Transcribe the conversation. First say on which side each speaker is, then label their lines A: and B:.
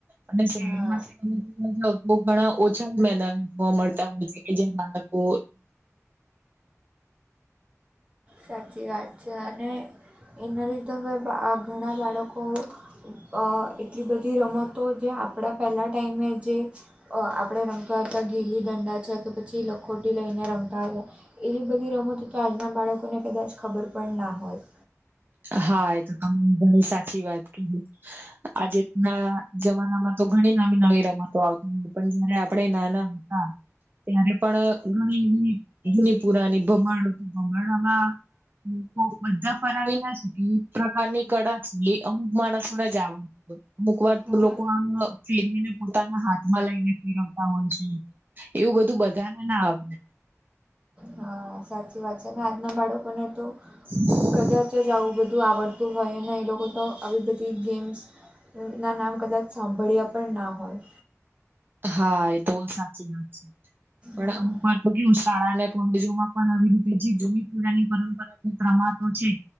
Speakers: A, on the right; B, on the right.
A: અને શહેરમાં
B: હા
A: તો તમે જોવા જાવ તો ઘણા ઓછા મેદાન મળતા હોય કે જ્યાં બાળક ઓ
B: સાચી વાત છે અને એના લીધે હવે આ ઘણા બાળકો અહ એટલી બધી રમતો જે આપડા પહેલાં ટાઈમે જે અહ આપડે હતા ઘીલી દંડા છે કે પછી લખોટી લઈને રમાતા હતા એવી બધી રમતો તો આજના બાળકોને કદાચ ખબર પણ ના હોય.
A: હા એ તો તમે ઘણી સાચી વાત કીધી. આજે ના જમાના માં તો ઘણી નવી નવી રમતો આવતી હતી પણ જયારે આપડે નાના હતા ત્યારે પણ અહ ઘણી ની જૂની પુરાની ભમરડો તો ભરમર્ડામાં માં લોકો બધા ફરાવી નાજ એક પ્રકારની કડા અમુક માણસાને આવ અમુક વાર
B: હા
A: તો લોકો આમ ફેરવીને પોતાના હાથમાં લઈને ફેરવતા હોય છે. એવું બધું બધાને ના આવે.
B: હા સાચી વાત છે ને આજના બાળકોને તો
A: <inaudible>
B: કદાચ જ આવું બધું આવડતું હોય અને એ લોકો તો આવી બધી ગેમ્સ ના નામ કદાચ સાંભળ્યા પણ ના હોય.
A: હા એ તો સાચી વાત છે ઘણાં
B: હા
A: આમ પણ તો કેવું શાળા અને કોલેજોમાં પણ આવી રીતે જે જનીપુરાની પરંપરા રમાતો છે.